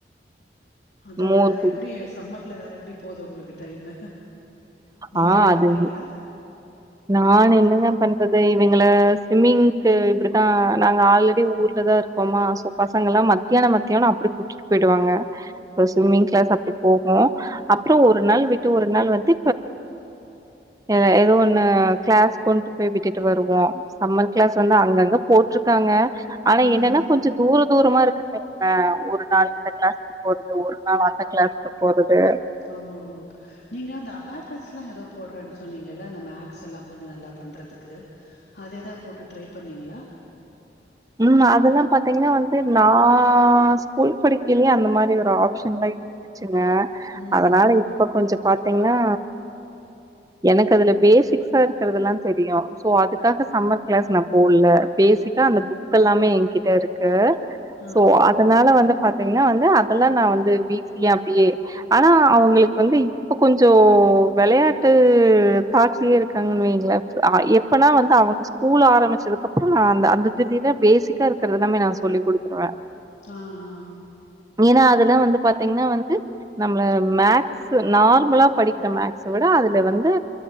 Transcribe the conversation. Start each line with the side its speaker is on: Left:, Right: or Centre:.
Left: அதா
Right: மோர்
Left: வேற
Right: குடி
Left: எப்டி சம்மர்ல வேற எப்டி போது உங்களுக்கு டைமு நீங்க
Right: ஆ
Left: ஏதா
Right: அது
Left: பண்றீங்களா
Right: நான் என்னங்க பண்றது இவங்கள ஸ்விம்மிங்க்கு இப்டிதா நாங்க ஆல்ரெடி ஊர்ல தா இருக்கோ அப்பமா சோ பசங்கல்லா மத்தியானோ மத்தியானோ அப்டி கூட்டிட்டு போயிடுவாங்க ஸ்விம்மிங் கிளாஸ் அப்டி போகு அப்புறோ ஒரு நாள் விட்டு ஒரு நாள் வந்து அ ஏதோ ஒண்ணு கிளாஸ் கொண்டு போய் விட்டுட்டு வருவோ சம்மர் கிளாஸ் வந்து அங்கங்க போட்டிருக்காங்க ஆனா
Left: ம்
Right: என்னன்னா
Left: ம்
Right: கொஞ்ச தூர தூரமா இருக்கு மீ ஒரு நாள் எந்த கிளாஸ்கு்க்கு போறது ஒரு நாள் அந்த கிளாஸ்கு போரது
Left: ஆமா ஆமா நீங்க அந்த அபாக்கஸ்ல்லா ஏதோ போடுறன்னு சொன்னீங்கல்ல அந்த மேக்ஸ் எல்லா கொஞ்ச நல்லா பண்றதுக்கு அதேதா போட்டு ட்ரை பண்ணீங்களா
Right: ம் அதெல்லாம் பாரத்தீங்கன்னா வந்து நா ஸ்கூல் படிக்கிலயே அந்த மாதிரி ஒரு ஆப்ஷன்லய் இரு ச்சுங்க
Left: ம்
Right: அதனால இப்ப கொஞ்சம் பாத்தீங்கன்னா எனக்கு அதுல பேசிக்ஸா இருக்கறதுெல்லா தெரியு சோ அதுக்காக சம்மர் கிளாஸ் நா போல பேசிக்கா
Left: ம்
Right: அந்த
Left: ஓ
Right: புக் எல்லாமே என்கிட்ட இருக்கு
Left: ஆ
Right: சோ அதனால வந்து பார்த் அத்தீங்கன்னா வந்து அதெல்லா நா வந்து வீக்ஸ்லி அப்டியே ஆனா அவங்களுக்கு வந்து இப்ப கொஞ்சம் வளையாட்டு தாட்ஸ்லயே இருக்காங்கன்னு வைங்களே ஆ எப்பனா வந்து அவங்க ஸ்கூல் ஆரம்பிச்சதுக்குப்புறோ நா அந்த அந்த தேதிதா பேசிக்கா இருக்கறது எல்லாமே நா சொல்லி் கொடுத்துருவே
Left: ஆ ஹா
Right: ஏன்னா அதுலா வந்து பாத்தீங்கன்னா வந்து நம்மள மேக்ஸ் ஸ் நார்மலா படிக்கிற மேக்ஸ விட அதுல வந்து